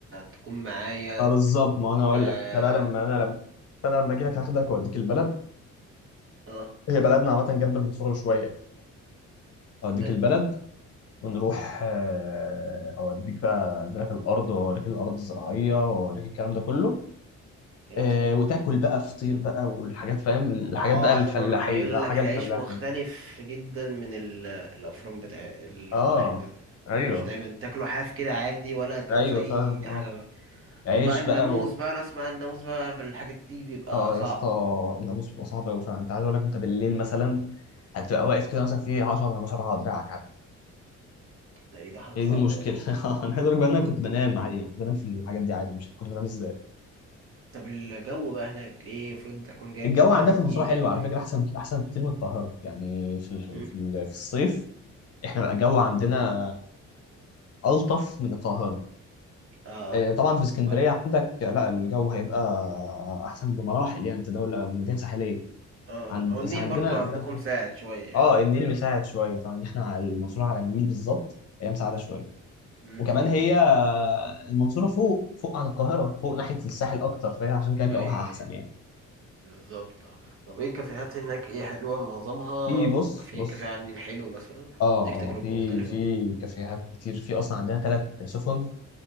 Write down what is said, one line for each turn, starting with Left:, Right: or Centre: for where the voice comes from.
Right: تكون معايا
Left: اه بالظبط
Right: ت-
Left: ما انا اقول
Right: اه,
Left: لك انا بقى لما انا لما فانا لما اجي لك هاخدك واوديك البلد
Right: آه.
Left: هي بلدنا عامه جنب المنصوره بشويه يعني
Right: تمام
Left: اوديك البلد ونروح آه، اوديك بقى أنزلك الارض واوريك الارض الزراعيه واوريك الكلام ده كله
Right: حلوة
Left: آه،
Right: الفكرة
Left: وتاكل بقى فطير بقى والحاجات فاهم الحاجات
Right: اما اه
Left: بقى الفلاحين
Right: عايز اجرب يقول
Left: آه، حاجه
Right: لك العيش
Left: الفلاح
Right: مختلف
Left: يعني
Right: جدا من ال- الافران بتاع الفلاحين
Left: اه
Right: بت-
Left: ايوه
Right: العيش دايما تاكله حاف كده عادي ولا تعوز
Left: ايوه
Right: اي
Left: فاهم اه
Right: حاجة بقى.
Left: عيش
Right: طب بقى الناموس
Left: بقى
Right: بقى انا اسمع الناموس بقى في الحاجات دي بيبقى
Left: اه
Right: صعب
Left: يا اسطى الناموس بيبقى صعب قوي فعلا انت عايز اقول لك انت بالليل مثلا هتبقى واقف كده مثلا في 10 ناموسات على دراعك عادي
Right: ده ايه ده حاجة
Left: هي
Right: صعبة
Left: دي المشكله <laughs> انا عايز اقول لك بقى ان انا
Right: ده
Left: كنت بنام عادي يعني كنت بنام في الحاجات دي عادي مش كنت بنام ازاي
Right: طب الجو بقى هناك ايه المفروض اكون جايب
Left: الجو
Right: حاجة
Left: عندها
Right: تقيلة
Left: في المنصوره حلو
Right: خفيف
Left: على فكره احسن احسن كتير من القاهره يعني في ال-
Right: مم.
Left: في ال- في الصيف احنا بقى الجو عندنا آه، الطف من القاهره
Right: اه
Left: آه، طبعا في اسكندريه
Right: اه
Left: عندك آه، لا الجو هيبقى احسن بمراحل يعني انت دوله مدينه ساحليه
Right: آه.
Left: عند
Right: هو النيل
Left: بس عندنا
Right: برضو عندكم ساعد شوية يعني
Left: اه النيل مساعد شويه طبعا ان احنا على- المنصوره على النيل بالظبط هي مساعده شويه
Right: مم.
Left: وكمان
Right: مم.
Left: هي
Right: مم.
Left: المنصوره فوق فوق عن القاهره فوق ناحيه الساحل اكتر فهي عشان كده جوها
Right: ايوه
Left: احسن
Right: ايوه
Left: يعني
Right: بالظبط آه. طب ايه الكافيهات هناك ايه حلوة معظمها
Left: في بص
Right: في
Left: بص
Right: كافيه على النيل حلو مثلا
Left: اه
Right: اديك
Left: اه
Right: تجربة
Left: في
Right: مختلفة
Left: في كافيهات كتير في اصلا عندنا ثلاث سفن